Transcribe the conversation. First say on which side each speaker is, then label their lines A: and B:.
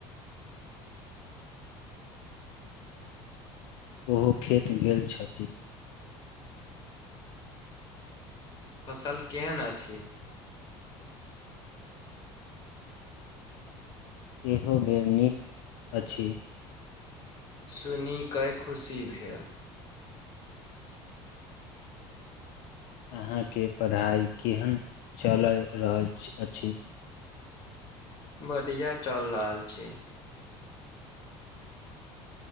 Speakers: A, on the left (about 75°); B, on the left (about 40°).
A: ओहो खेत गेल छथि
B: फसल केहन अछि
A: एहो बेर नीक अछि
B: सुनी कऽ खुशी भेल
A: अहाँ के पढ़ाइ केहन चलय रहल अछि
B: बढ़िया चल रहल छी